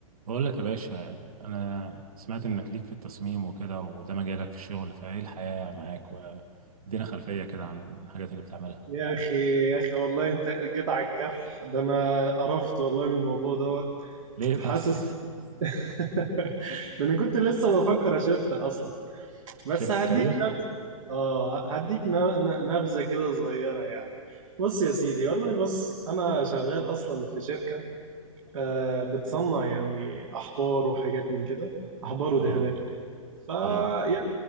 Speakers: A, on the right; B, on the right.
A: بقول لك يا باشا انا سمعت انك ليك في التصميم وكده وده مجالك في الشغل فايه الحياة معاك وادينا خلفية كده عن الحاجات اللي بتعملها
B: يا اخي يا اخي والله انت جيت على الجرح ده انا قرفت والله من الموضوع دوت
A: ليه
B: حاسس
A: بس
B: <laughs> ده انا كنت لسه بفكر اشفتها اصلا بس
A: شفت
B: هديك
A: كارير
B: نبذه اه هديك ن- ن- نبذه كده صغيره يعني بص يا سيدي والله بص انا شغال اصلا في شركه آه، بتصنع يعني أحبار وحاجات من كده أحبار ودهانات
A: اه
B: وكده فيعني
A: اه